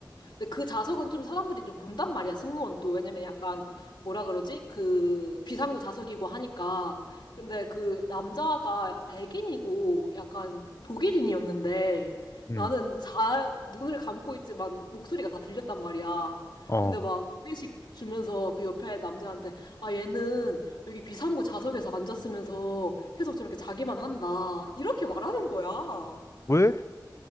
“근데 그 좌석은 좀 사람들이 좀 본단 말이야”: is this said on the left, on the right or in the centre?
Left